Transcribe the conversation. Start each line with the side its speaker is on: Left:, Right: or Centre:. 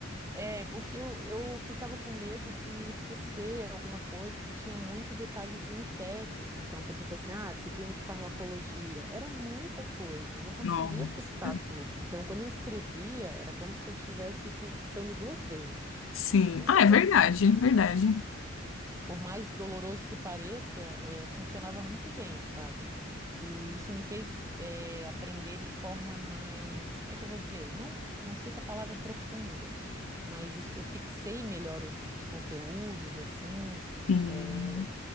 Right: é, porque eu, eu ficava com medo de esquecer alguma coisa, porque tinha muito detalhezinho técnico. Então, por exemplo, assim, ah, disciplina de farmacologia, era muita coisa, eu não conseguia
Left: Nossa.
Right: fixar tudo. Então, quando eu escrevia, era como se eu estivesse fixando duas vezes.
Left: Sim.
Right: Então,
Left: Ah, é verdade, é verdade.
Right: por mais doloroso que pareça, eh, funcionava muito bem, sabe? E isso me fez, eh, aprender de forma mais, como é que eu vou dizer? Não, não sei se a palavra é profunda, mas isso- eu fixei melhor os, os conteúdos, assim,
Left: Sim.
Right: eh,